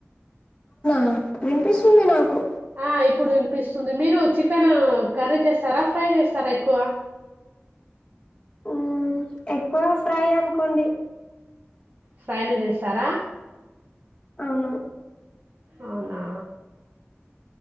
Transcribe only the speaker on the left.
నా వినిపిస్తుంది నాకు
మ్మ్ ఎక్కువ ఫ్రై అనుకోండి
అన